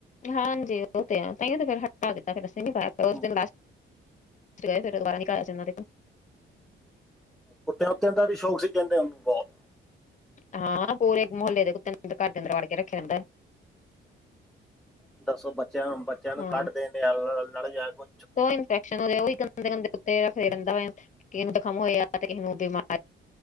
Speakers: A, on the left; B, in the centre.
A: ਹਾਂਜੀ ਉਹ ਤੇ ਆ, ਤਾਈਓ ਤੇ ਫਿਰ ਹਟਾ ਦਿੱਤਾ ਫਿਰ ਅਸੀਂ ਨੀ ਪਾਇਆ ਉਸ
B: ਹਮ,
A: ਦਿਨ ਲਾਸਟ ਤੇ ਗਏ ਫਿਰ ਦੁਬਾਰਾ ਨਹੀਂ ਘਲਾਇਆ ਸੀ ਉਹਨਾਂ ਦੇ ਘਰ
B: ਕੁੱਤਿਆਂ ਕੁੱਤਿਆਂ ਦਾ ਵੀ ਸ਼ੌਕ ਸੀ ਕਹਿੰਦੇ ਉਹਨੂੰ ਬਹੁਤ।
A: ਹਾ, ਪੂਰੇ ਮੁਹੱਲੇ ਦੇ ਕੁੱਤੇ ਅੰਦਰ ਘਰ ਕੇ ਅੰਦਰ ਵਾੜ ਕੇ ਰੱਖਿਆ ਜਾਂਦਾ।
B: ਦੱਸੋ ਬੱਚਿਆਂ ਨੂੰ, ਬੱਚਿਆਂ ਨੂੰ
A: ਹਾਂ
B: ਕੱਢ ਦੇਣ ਡੇ ਆ ਨਾਲੇ ਜਾਂ ਕੁ
A: ਉਹ ਇਨਫੈਕਸ਼ਨ ਉਹਦੇ, ਉਹ ਹੀ ਗੰਦੇ ਗੰਦੇ ਕੁੱਤੇ ਰੱਖਦੇ ਰਹਿੰਦਾ ਆ। ਕਿਹੇ ਨੂੰ ਜਖਮ ਹੋਇਆ ਤੇ ਕਿਸੇ ਨੂੰ, ਕਿਸੇ ਨੂੰ ਬਿਮਾਰ